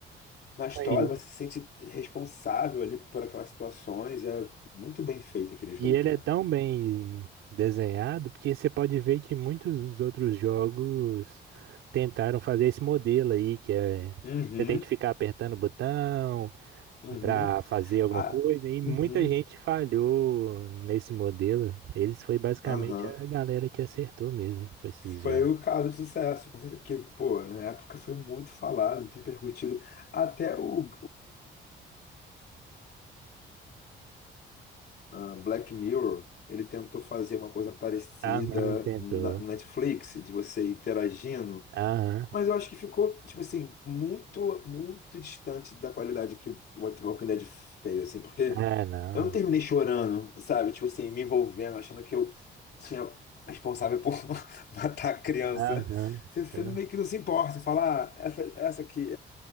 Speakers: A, on the left; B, on the right.
A: na história,
B: Aí.
A: você se sente responsável ali por aquelas situações. É muito bem feito aquele jogo,
B: E ele
A: cara.
B: é tão bem desenhado porque você pode ver que muitos outros jogos tentaram fazer esse modelo aí, que é
A: Uhum,
B: você tem que ficar apertando o botão
A: uhum.
B: para fazer alguma
A: Ah,
B: coisa, e muita
A: uhum,
B: gente falhou nesse modelo. Eles foi basicamente
A: aham.
B: a galera que acertou mesmo com esses jogos.
A: Foi o caso de sucesso, com certeza, porque, pô, na época foi muito falado, muito repercutido. Até o, ah, Black Mirror, ele tentou fazer uma coisa parecida
B: Aham, tentou.
A: na na Netflix, de você interagindo,
B: Aham,
A: mas eu acho que ficou, tipo assim, muito, muito distante da qualidade que o What- Walking Dead fez, assim, porque
B: é, não.
A: eu não terminei chorando, sabe? Tipo assim, me envolvendo, achando que eu tinha responsável por <laughs> matar a criança.
B: Aham,
A: Você, você
B: você não.
A: meio que não se importa, falar ah, essa, essa aqui,